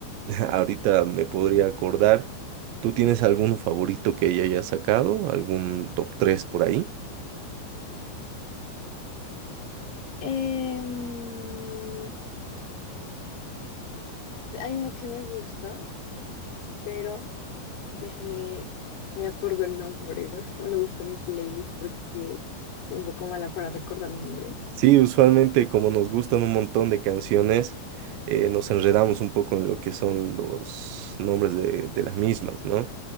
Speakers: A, on the right; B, on the left.
A: <laughs> ahorita me podría acordar, ¿tú tienes alguno favorito que ella haya sacado? ¿Algún top 3 por ahí?
B: em, hay uno que me gusta, pero Déjame, me acuerdo el nombre <laughs> o lo busco en mi playlist porque soy un poco mala para recordar nombres.
A: Sí, usualmente como nos gustan un montón de canciones, eh, nos enredamos un poco en lo que son los nombres de, de las mismas, ¿no?